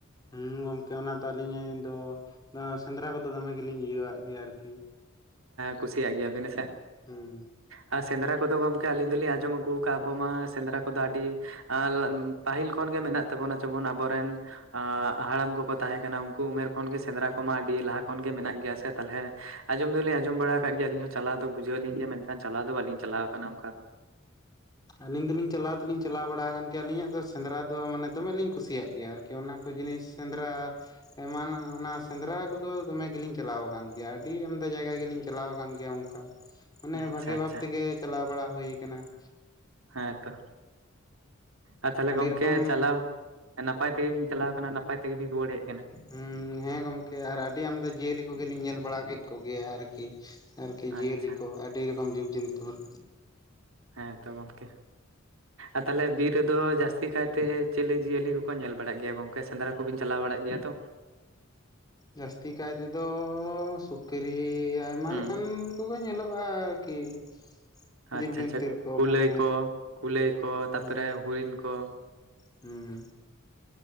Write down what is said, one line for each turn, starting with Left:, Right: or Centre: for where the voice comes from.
Left: ᱦᱩᱸ ᱜᱚᱝᱠᱮ ᱚᱱᱟ ᱫᱚ ᱟᱹᱞᱤᱧ ᱫᱚ ᱥᱮᱸᱫᱽᱨᱟ ᱠᱚᱫᱚ ᱫᱚᱢᱮ ᱜᱮᱞᱤᱧ ᱤᱭᱟᱹᱣᱟᱜ ᱜᱮᱭᱟ ᱟᱨᱠᱤ ᱾
Right: ᱠᱩᱥᱤᱭᱟᱜ ᱜᱮᱭᱟᱵᱤᱱ ᱦᱮᱸᱥᱮ ᱾
Left: ᱦᱩᱸ
Right: ᱟᱸ ᱥᱮᱸᱫᱽᱨᱟ ᱠᱚᱫᱚ ᱜᱚᱢᱠᱮ ᱟᱹᱞᱤᱧ ᱫᱚᱞᱤᱧ ᱟᱸᱡᱚᱢ ᱟᱹᱜᱩ ᱟᱠᱟᱫ ᱟᱵᱚ ᱢᱟ ᱥᱮᱸᱫᱽᱨᱟ ᱠᱚᱫᱚ ᱟᱹᱰᱤ <inaudible> ᱯᱟᱹᱦᱤᱞ ᱠᱷᱚᱱᱜᱮ ᱢᱮᱱᱟᱜ ᱛᱟᱵᱚᱱᱟ, ᱡᱮᱢᱚᱱ ᱟᱵᱚᱨᱮᱱ ᱦᱟᱲᱟᱢ ᱠᱚᱠᱚ ᱛᱟᱦᱮᱸ ᱠᱟᱱᱟ ᱩᱱᱠᱩ ᱩᱢᱮᱨ ᱠᱷᱚᱱ ᱜᱮ ᱥᱮᱸᱫᱽᱨᱟ ᱠᱚᱢᱟ ᱟᱹᱰᱤ ᱞᱟᱦᱟ ᱠᱷᱚᱱ ᱜᱮ ᱢᱮᱱᱟᱜ ᱜᱮᱭᱟ ᱥᱮ ᱛᱟᱦᱚᱞᱮ ᱟᱸᱡᱚᱢ ᱫᱚᱞᱤᱧ ᱟᱸᱡᱚᱢ ᱵᱟᱲᱟ ᱠᱟᱜ ᱜᱮᱭᱟ ᱟᱞᱤᱧ ᱦᱚᱸ ᱪᱟᱞᱟᱣ ᱫᱚ ᱵᱩᱡᱷᱟᱹᱣᱞᱤᱧ ᱜᱮᱭᱟ, ᱢᱮᱱᱠᱷᱟᱱ ᱪᱟᱞᱟᱣ ᱫᱚ ᱵᱟᱞᱤᱧ ᱪᱟᱞᱟᱣ ᱟᱠᱟᱱᱟ ᱚᱱᱠᱟ ᱫᱚ ᱾
Left: ᱟᱹᱞᱤᱧ ᱫᱚᱞᱤᱧ ᱪᱟᱞᱟᱣ ᱫᱚᱞᱤᱧ ᱪᱟᱞᱟᱣ ᱵᱟᱲᱟ ᱠᱟᱱ ᱜᱮᱭᱟ ᱟᱹᱞᱤᱧᱟᱜ ᱫᱚ ᱥᱮᱸᱫᱽᱨᱟ ᱫᱚ ᱢᱟᱱᱮ ᱫᱚᱢᱮ ᱞᱤᱧ ᱠᱩᱥᱤᱭᱟᱜ ᱜᱮᱭᱟ᱾ ᱟᱨ ᱠᱤ ᱚᱱᱟ ᱠᱚ ᱡᱤᱱᱤᱥ ᱥᱮᱸᱫᱽᱨᱟ ᱾ ᱮᱢᱟᱱ ᱚᱱᱟ ᱥᱮᱸᱫᱽᱨᱟ ᱠᱚᱫᱚ ᱫᱚᱢᱮ ᱜᱮᱞᱤᱧ ᱪᱟᱞᱟᱣ ᱟᱠᱟᱱ ᱜᱮᱭᱟ, ᱟᱹᱰᱤ ᱟᱢᱫᱟ ᱡᱟᱭᱜᱟ ᱜᱮᱞᱤᱧ ᱪᱟᱞᱟᱣ ᱟᱠᱟᱱ ᱜᱮᱭᱟ ᱚᱱᱠᱟ ᱢᱟᱱᱮ
Right: ᱟᱪᱪᱷᱟ
Left: ᱵᱷᱟᱹᱜᱤ
Right: ᱟᱪᱪᱷᱟ
Left: ᱵᱷᱟᱵ ᱛᱮᱜᱮ ᱪᱟᱞᱟᱣ ᱵᱟᱲᱟ ᱦᱩᱭ ᱠᱟᱱᱟ ᱾
Right: ᱦᱮᱸᱛᱚ ᱟᱨ ᱛᱟᱦᱚᱞᱮ
Left: ᱟᱹᱰᱤ
Right: ᱜᱚᱝᱠᱮ
Left: ᱨᱚᱠᱚᱢ
Right: ᱪᱟᱞᱟᱣ ᱱᱟᱯᱟᱭ ᱛᱮᱜᱮ ᱵᱤᱱ ᱪᱟᱞᱟᱣ ᱠᱟᱱᱟ ᱱᱟᱯᱟᱭ ᱛᱮᱜᱮ ᱵᱤᱱ ᱨᱩᱭᱟᱹᱲ ᱦᱮᱡ ᱟᱠᱟᱱᱟ
Left: ᱦᱩᱸ ᱦᱮᱸ ᱜᱚᱝᱢᱠᱮ ᱟᱨ ᱟᱹᱰᱤ ᱟᱢᱫᱟ ᱡᱤᱭᱟᱹᱞᱤ ᱠᱚᱜᱮᱞᱤᱧ ᱧᱮᱞ ᱵᱟᱲᱟ ᱠᱮᱫ ᱠᱚᱜᱮᱭᱟ ᱟᱨᱠᱤ ᱾ ᱟᱨᱠᱤ ᱡᱤᱭᱟᱹᱞᱤ
Right: ᱟᱪᱪᱷᱟ
Left: ᱠᱚ ᱟᱹᱰᱤ ᱨᱚᱠᱚᱢ ᱡᱤᱵ ᱡᱚᱱᱛᱩ ᱾
Right: ᱦᱮᱸ ᱛᱚ ᱜᱚᱢᱠᱮ, ᱟᱨ ᱛᱟᱦᱚᱞᱮ ᱵᱤᱨ ᱨᱮᱫᱚ ᱡᱟᱹᱥᱛᱤ ᱠᱟᱭᱛᱮ ᱪᱤᱞᱮ ᱡᱤᱭᱟᱹᱞᱤ ᱠᱚᱠᱚ ᱧᱮᱞ ᱵᱟᱲᱟᱜ ᱜᱮᱭᱟ ᱜᱚᱝ ᱠᱮ ᱥᱮᱸᱱᱫᱽᱨᱟ ᱠᱚᱵᱤᱱ ᱪᱟᱞᱟᱣ ᱵᱟᱲᱟᱜ ᱜᱮᱭᱟ ᱛᱚ?
Left: ᱡᱟᱹᱥᱛᱤ ᱠᱟᱭ ᱛᱮᱫᱚ ᱥᱩᱠᱨᱤ ᱟᱭᱢᱟ
Right: ᱦᱩᱸ
Left: ᱞᱮᱠᱟ ᱠᱟᱱ ᱠᱚᱜᱮ ᱧᱮᱞᱚᱜ-ᱟ ᱟᱨᱠᱤ ᱾ ᱡᱤᱵᱽᱡᱚᱱᱛᱩᱨ
Right: ᱟᱪᱪᱷᱟ ᱟᱪᱪᱷᱟ
Left: ᱠᱚ
Right: ᱠᱩᱞᱟᱹᱭ
Left: ᱢᱟᱱᱮ
Right: ᱠᱚ ᱠᱩᱞᱟᱹᱭ ᱠᱚ
Left: ᱦᱮᱸ
Right: ᱛᱟᱯᱚᱨᱮ ᱦᱚᱨᱤᱱ ᱠᱚ
Left: ᱦᱩᱸᱻ